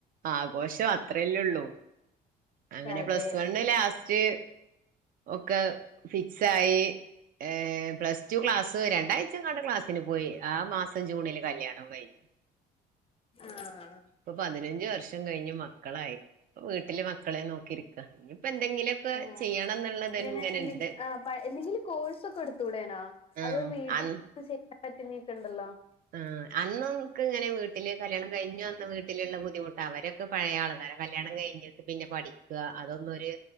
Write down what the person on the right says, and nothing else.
ആഘോഷം അത്രല്ലേള്ളൂ അങ്ങനെ
പ്ലസ് വണ് ലാസ്റ്റ് ഒക്കെ ഫിക്സ് ആയി ഏഹ് പ്ലസ് ടു ക്ലാസ് രണ്ടാഴ്ച കാണ്ട് ക്ലാസ്സിന് പോയി ആ മാസം <unintelligible> ജൂണില് കല്യാണം കഴിഞ്ഞ്
ഇപ്പൊ പതിനഞ്ച് വർഷം കഴിഞ്ഞ് മക്കളായി ഇപ്പം വീട്ടില് മക്കളെ നോക്കിയിരിക്ക ഇനിയിപ്പോ എന്തെങ്കിലും ക്കെ
ചെയ്യണം എന്നുള്ളത്
ഇങ്ങനെണ്ട്
ആഹ്
അന്ന്
ആഹ് അന്ന് നമുക്ക് ഇങ്ങനെ വീട്ടിൽ കല്യാണം കഴിഞ്ഞ് വന്ന് വീട്ടിലുള്ള ബുദ്ധിമുട്ട അവരൊക്കെ പഴയ ആൾക്കാരാ കല്യാണം കഴിഞ്ഞ് ട്ട് പിന്നെ പഠിക്ക അതൊന്നും ഓര്